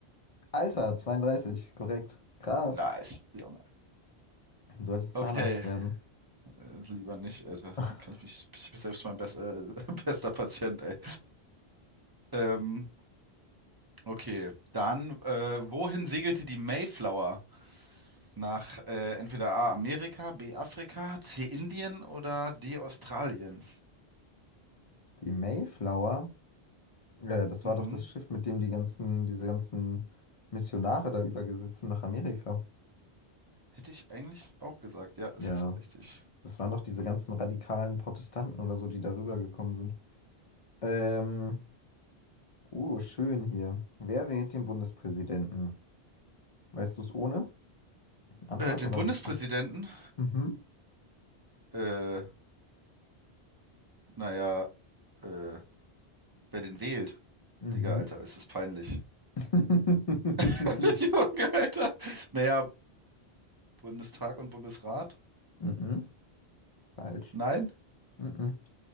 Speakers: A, on the left; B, on the right.
A: Alter, 32, korrekt. Krass.
B: Nice, Junge.
A: Du solltest Zahnarzt
B: Okay,
A: werden.
B: Äh, Lieber nicht, Alter.
A: <laughs>
B: Da Kann ich mich, ich bin selbst mein best, äh, <laughs> bester Patient, ey. Ähm, okay, dann, äh, wohin segelte die Mayflower? Nach äh, entweder A, Amerika, B, Afrika, C, Indien oder D, Australien?
A: Die Mayflower, äh, das
B: Mhm.
A: war doch das Schiff, mit dem die ganzen, diese ganzen Missionare da übergesetzt sind nach Amerika.
B: Hätte ich eigentlich auch gesagt. Ja, ist
A: Ja,
B: es auch richtig.
A: das waren doch diese ganzen radikalen Protestanten oder so, die darüber gekommen sind. Ähm, uh, schön hier. Wer wählt den Bundespräsidenten? Weißt du es ohne Antwort
B: Äh, den
A: oder
B: Bundespräsidenten?
A: willst du? Mhm.
B: Äh, naja, äh, wer den wählt?
A: Mhm.
B: Digga, Alter, ist es peinlich.
A: <laughs>
B: <laughs> Junge, Alter. Naja, Bundestag und Bundesrat?
A: Mhm. Falsch.
B: Nein?
A: Mhm.